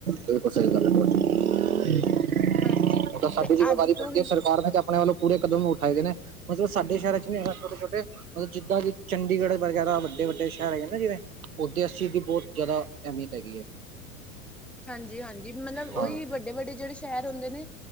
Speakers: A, on the right (about 80°); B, in the centre.
A: ਬਿਲਕੁਲ ਸਹੀ ਗੱਲ ਐ ਤੁਹਾਡੀ।
B: ਹਾਂਜੀ
A: ਉਹ ਤਾ ਸਾਡੀ
B: ਤੇ
A: ਜਿੰਮੇਵਾਰੀ
B: ਅੱਜ ਤੋਂ
A: ਬਣਦੀ
B: ਹੀ
A: ਹੈ ਸਰਕਾਰ ਨੇ ਤੇ ਆਪਣੇ ਵੱਲੋਂ ਪੂਰੇ ਕਦਮ ਨੂੰ ਉਠਾਏ ਦੇ ਨੇ। ਮਤਲਬ ਸਾਡੇ ਸ਼ਹਿਰ ਚ ਨੀ ਹੈਗਾ ਛੋਟੇ ਛੋਟੇ ਮਤਲਬ ਜਿੱਦਾਂ ਕਿ ਚੰਡੀਗੜ੍ਹ ਵਗੈਰਾ ਵੱਡੇ ਵੱਡੇ ਸ਼ਹਿਰ ਹੈਗੇ ਨਾ ਜਿਵੇਂ, ਉੱਧਰ ਇਸ ਚੀਜ਼ ਦੀ ਬਹੁਤ ਜ਼ਿਆਦਾ ਅਹਿਮੀਅਤ ਹੈਗੀ ਹੈ।
B: ਹਾਂਜੀ, ਹਾਂਜੀ, ਮਤਲਬ
A: ਹਾਂ
B: ਉਹੀ ਵੱਡੇ ਵੱਡੇ ਜਿਹੜੇ ਸ਼ਹਿਰ ਹੁੰਦੇ ਨੇ,